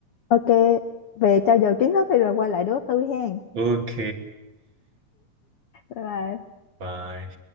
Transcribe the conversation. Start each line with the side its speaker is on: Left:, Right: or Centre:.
Left: ok về trao dồi kiến thức thì rồi quay lại đố tôi hen
Right: ok
Left: bye bye
Right: <laughs> bye